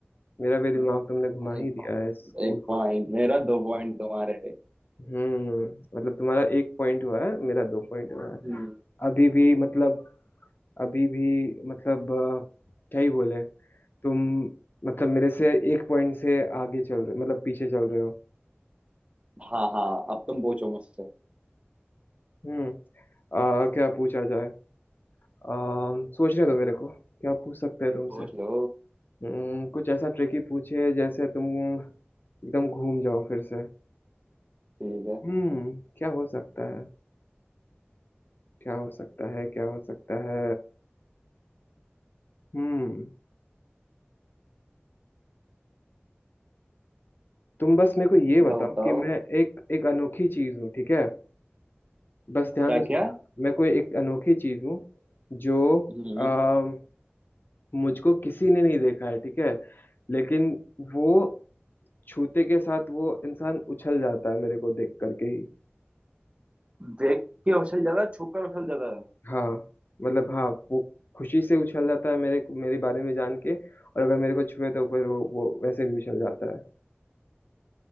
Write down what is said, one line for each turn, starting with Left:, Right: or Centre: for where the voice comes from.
Left: मेरा भी दिमाग
Right: हम्म,
Left: तुमने घुमा
Right: एक
Left: ही दिया
Right: पॉइंट
Left: है इस
Right: एक
Left: पूछ
Right: पॉइंट मेरा दो पॉइंट तुम्हारे
Left: हम्म मतलब तुम्हारा एक पॉइंट हुआ है मेरा दो पॉइंट हुआ है
Right: हम्म
Left: अभी भी मतलब अभी भी मतलब अ, क्या ही बोले तुम मतलब मेरे से एक पॉइंट से आगे चल रहे मतलब पीछे चल रहे हो
Right: हाँ हाँ अब तुम पूछो मुझसे
Left: हम्म अ, क्या पूछा जाए अम, सोचने दो मेरे को क्या पूछ सकते हैं तुमसे
Right: सोच लो
Left: हम्म, कुछ ऐसा ट्रिकी पूछे जैसे तुम एकदम घूम जाओ फिर से
Right: ठीक है
Left: हम्म क्या हो सकता है क्या हो सकता है क्या हो सकता है हम्म तुम बस मेरे को ये बताओ
Right: बताओ बताओ
Left: कि मैं एक एक अनोखी चीज हूँ ठीक है बस ध्यान
Right: क्या
Left: से सुनना
Right: क्या
Left: मैं कोई एक अनोखी चीज हूँ जो
Right: हम्म
Left: आ, मुझको किसी ने नहीं देखा है ठीक है लेकिन वो छूते के साथ वो इंसान उछल जाता है मेरे को देख करके ही
Right: देख के उछल जाता है, छू कर उछल जाता है
Left: हाँ मतलब हाँ वो खुशी से उछल जाता है मेरे मेरे बारे में जान के और अगर मेरे को छुए तो फिर वो वो वैसे भी उछल जाता है